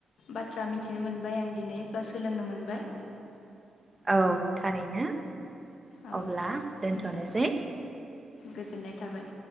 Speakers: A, on the left; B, on the right.
A: बाथ्रा मिथि मिथिनो मोनबाय आं दिनै बा सोलोंनो मोनबाय।
B: औ थारैनो
A: औ
B: अब्ला दोन्थ'नोसै।
A: नोंथां गोजोननाय थाबाय।